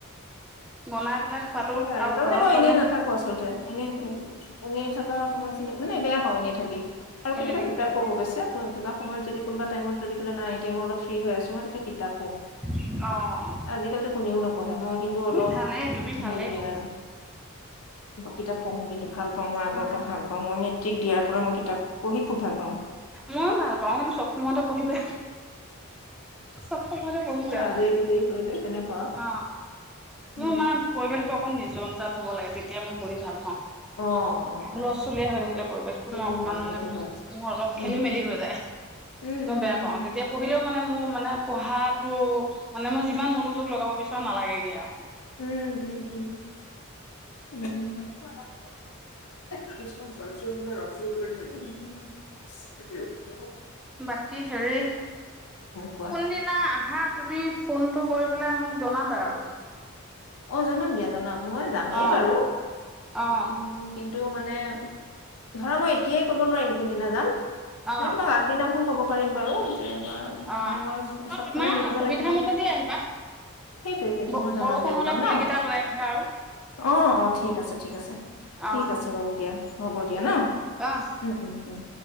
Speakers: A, in the centre; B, on the left (about 85°).
A: বনাই পেলাই খোৱাটো
B: সেইয় আৰু, তাৰমানে
A: ঘৰত
B: মই
A: মানে
B: এনেই নাথাকো আচলতে। এনেই-এনেই থাকো সময়খিনি মানে বেয়া পাওঁ, এনে থকি। আৰু
A: এনে
B: কেতিয়াবা
A: থাকি
B: কিতাপ
A: বেয়া
B: পঢ়ো অবইছে, <unintelligible> কিবা সময়ত যদি কোনোবা টাইমত যদি নাই এতিয়া মই অলপ ফ্ৰী হৈ আছো, মই তেতিয়া কিতাপ পঢ়ো।
A: পাওঁ অ
B: আজ কালো কোনেও নপঢ়ে মই কিন্ত
A: তুমি
B: অলপ
A: ভালেই তুমি ভালেই
B: সেই দে
A: বহুত
B: আৰু। কিতাপ পঢ়ো কিন্তু, ভাল পাওঁ মই আগৰ
A: উম
B: ওপৰত ভাল পাওঁ মই মেট্ৰিক দিয়াৰ পৰা মই কিতাপ পঢ়ি খুব ভাল পাওঁ।
A: ময়ো ভাল পাওঁ, কিন্তু চব সময়তে পঢ়িব চবকতে পঢ়ি
B: এ
A: বেয়া
B: আজৰি
A: পাওঁ।
B: বিজৰি হৈ লৈ তেনেকুৱা আৰু।
A: অ মোৰ
B: উম
A: মানে পৰিৱেশটো অকণ নিজৰ নিজান হব লাগে, তেতিয়া মই পঢ়ি ভাল পাওঁ।
B: অ অ
A: হুলস্থস্থুলীয়া
B: অ
A: হৈ থাকিলে পৰিৱেশটো
B: সেইটো
A: মই অকণমান
B: হয়
A: মানে
B: সেইটো হয়
A: মোৰ অলপ খেলি
B: উম
A: মেলি হৈ যায়।
B: উম
A: মই
B: উম
A: বেয়া
B: উম
A: পাও,
B: উম
A: তেতিয়া পঢ়িলেও মানে মোৰ মানে পঢ়া টো, মানে মই যিমান মনোযোগ লগাব বিচাৰো নালাগেগে আৰু।
B: উম-উম। উ, উ। <unintelligible> চ <unintelligible>
A: বাকী হেৰি
B: কোৱা
A: কোনদিনা আহা তুমি। ফোনটো কৰি পেলাই মোক জনাবা আৰু
B: অ জনাম দিয়া জনাম। মই যামেই
A: অ
B: বাৰু
A: অ
B: উ কি। টো মানে ধৰা মই এতিয়াই ক'ব নোৱাৰিম কোনদিনা যাম।
A: অ
B: মই তোমাক আগদিনা ক'ব পাৰিম বাৰু। মই
A: অ অ
B: মানে মই চব
A: তোমাৰ
B: ফালে মিলিব
A: সুবিধা
B: লাগিব।
A: মতে দি আহিবা
B: সেইটোৱে সেইটো
A: ব
B: মই জনাম
A: বৰষুণ
B: দিয়া তোমাক
A: হলে পুলি
B: ন
A: কেইটা লৈ আহিবা আৰু
B: অ অ ঠিক আছে ঠিক আছে
A: অ
B: ঠিক আছে বাৰু দিয়া
A: ঠিক
B: হ'ব
A: আছে
B: দিয়া ন
A: অ
B: উম উম উম।